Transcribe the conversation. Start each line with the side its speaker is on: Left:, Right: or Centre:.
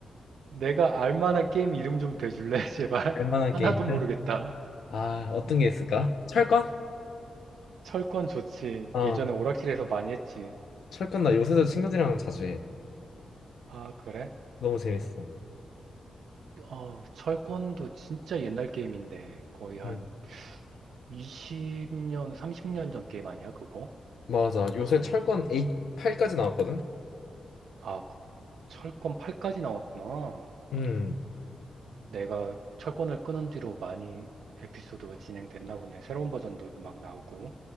Right: 내가 알 만한 게임 이름 좀 대줄래, 제발?
Left: 알만한
Right: <laughs> 하나도
Left: 게임들?
Right: 모르겠다.
Left: 아, 어떤 게 있을까? 철권?
Right: 철권 좋지.
Left: 아,
Right: 예전에 오락실에서 많이 했지.
Left: 철권 나 요새도 친구들이랑 자주 해.
Right: 아, 그래?
Left: 너무 재밌어.
Right: 어, 철권도 진짜 옛날 게임인데. 거의 한
Left: 음,
Right: 20년, 30년 전 게임 아니야, 그거?
Left: 맞아. 요새 철권 8, 팔까지 나왔거든?
Right: 아, 그- 철권 8까지 나왔구나.
Left: 응
Right: 내가 철권을 끊은 뒤로 많이 에피소드가 진행됐나 보네. 새로운 버전도 막 나오고.